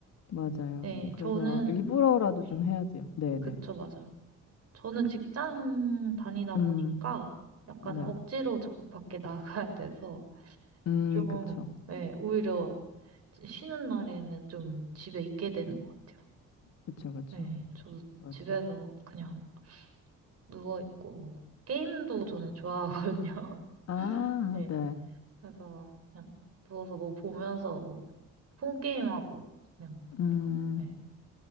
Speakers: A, on the left (about 60°); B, on the right (about 55°).
A: 맞아요.
B: 네,
A: 그래서
B: 저는,
A: 일부러라도
B: 네,
A: 좀 해야 돼요. 네,
B: 그쵸,
A: 네.
B: 맞아요. 저는 직장 다니다
A: 음,
B: 보니까 약간
A: 네.
B: 억지로 자꾸 밖에 나가야 돼서
A: 음,
B: 좀,
A: 그쵸.
B: 네, 오히려 쉬는 날에는 좀 집에 있게 되는 것 같아요.
A: 그쵸, 그쵸.
B: 네, 저도
A: 맞아요.
B: 집에서 그냥 누워있고, 뭐 게임도 저는 좋아하거든요. <laughs>
A: 아,
B: 네.
A: 네.
B: 그래서 그냥 누워서 뭐 보면서 뭐 폰게임하고 그냥
A: 음,
B: 이거. 네.